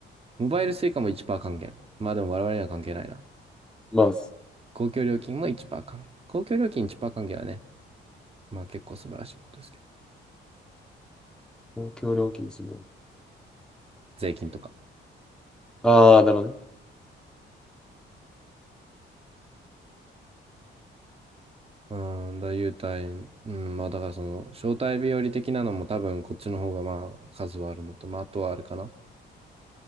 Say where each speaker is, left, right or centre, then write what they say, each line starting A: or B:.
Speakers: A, on the right; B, in the centre.
A: モバイル s u i も1%還元。まあでも我々には関係ないな。
B: まあ、
A: 公共料金も1%還元。公共料金1%還元はね、まあ結構素晴らしいことですけど。
B: 公共料金1
A: 税金とか。
B: ああ、なるほどね。
A: うーん、だ、優待、うん、まあだからその、招待日和的なのも多分こっちの方がまあ数はあるのと、まああとはあるかな。